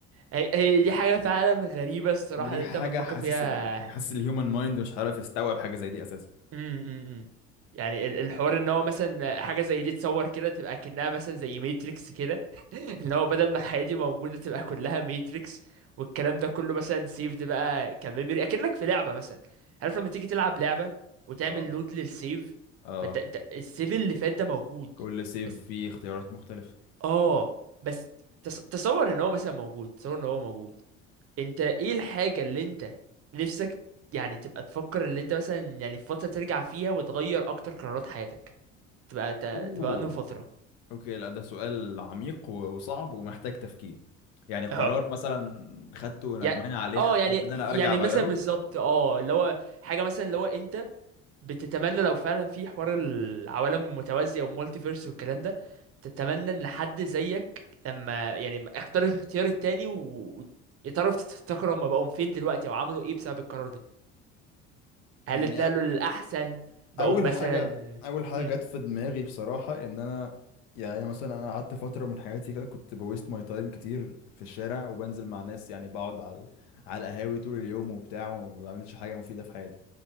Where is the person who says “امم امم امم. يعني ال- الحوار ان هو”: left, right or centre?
Right